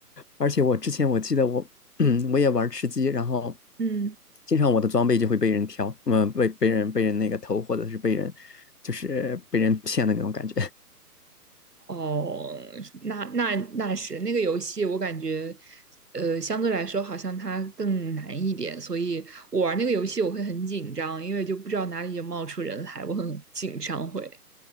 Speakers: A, on the left; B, on the right.
A: 而且我之前我记得我，<clears throat> 嗯，我也玩吃鸡，然后
B: 嗯。
A: 经常我的装备就会被人挑，嗯、被被人被人那个偷，或者是被人就是被人骗的那种感觉。
B: 哦，那那那是那个游戏，我感觉，呃，相对来说好像它更难一点，所以我玩那个游戏我会很紧张，因为就不知道哪里就冒出人来，我很紧张会，